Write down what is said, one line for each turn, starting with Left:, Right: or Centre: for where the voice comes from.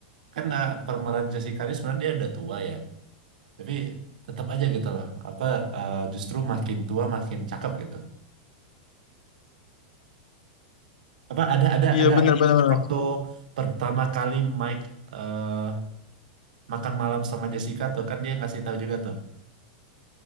Right: Kan eh, pemeran Jessica ini sebenarnya dia udah tua ya. tapi tetap aja gitu loh apa eh, justru makin tua makin cakep gitu apa ada ada
Left: iya
Right: ada
Left: benar benar benar.
Right: waktu pertama kali Mike eh, makan malam sama Jessica tuh kan dia ngasih tahu juga tuh